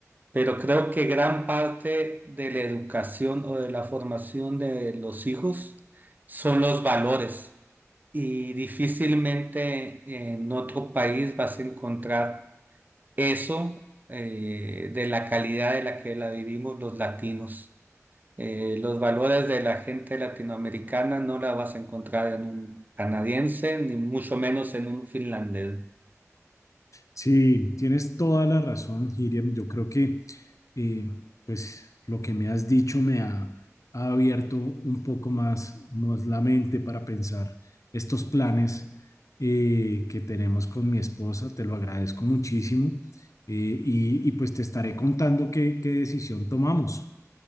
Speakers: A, on the right; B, on the left.
A: pero creo que gran parte de la educación o de la formación de los hijos son los valores y difícilmente en otro país vas a encontrar eso eh, de la calidad de la que la vivimos los latinos. Eh, los valores de la gente latinoamericana no la vas a encontrar en un canadiense, ni mucho menos en un finlandés.
B: Sí, tienes toda la razón, Hiriam. Yo creo que eh, pues lo que me has dicho me ha, ha abierto un poco más, más la mente para pensar estos planes eh, que tenemos con mi esposa. Te lo agradezco muchísimo eh, y, y pues te estaré contando qué, qué decisión tomamos.